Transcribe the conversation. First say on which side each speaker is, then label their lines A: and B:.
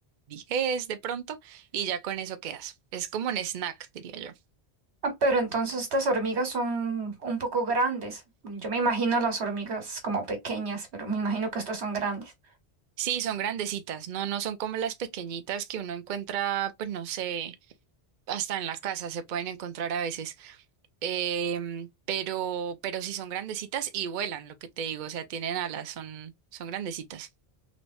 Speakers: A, on the right (about 55°); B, on the right (about 80°).
A: diez de pronto y ya con eso quedas. Es como un snack, diría yo.
B: Ah, pero entonces estas hormigas son un poco grandes. Yo me imagino las hormigas como pequeñas, pero me imagino que estas son grandes.
A: Sí, son grandecitas, no, no son como las pequeñitas que uno encuentra, pues no sé, hasta en la casa se pueden encontrar a veces. Em, pero, pero sí son grandecitas y vuelan, lo que te digo, o sea, tienen alas, son, son grandecitas.